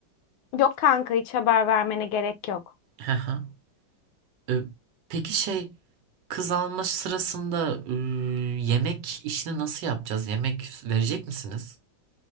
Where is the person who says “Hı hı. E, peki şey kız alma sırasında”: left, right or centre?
Right